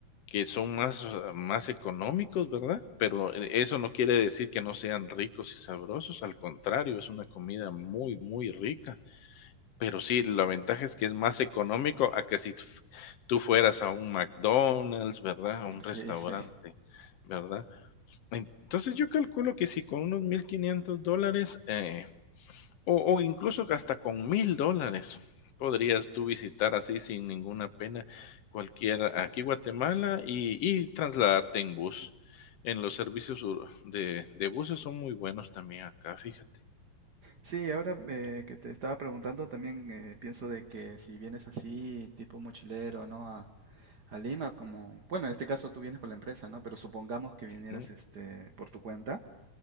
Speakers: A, on the left; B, on the right.
A: que son más, ah, más económicos, ¿verdad? Pero e- eso no quiere decir que no sean ricos y sabrosos, al contrario, es una comida muy, muy rica. Pero sí, la ventaja es que es más económico a que si f- tú fueras a un McDonald's, ¿verdad? A un
B: Sí,
A: restaurante,
B: sí. Sí,
A: ¿verdad? Entonces yo calculo que si con unos 1.500 dólares eh, o, o incluso que hasta con 1.000 dólares podrías tú visitar así sin ninguna pena cualquier aquí Guatemala y, y trasladarte en bus. En los servicios ur- de, de buses son muy buenos también acá, fíjate,
B: Sí, ahora eh, que te estaba preguntando, también eh, pienso de que si vienes así, tipo mochilero, ¿no? A, a Lima, como, bueno, en este caso tú vienes con la empresa, ¿no? Pero supongamos que vinieras
A: ¿no?
B: este, por tu cuenta.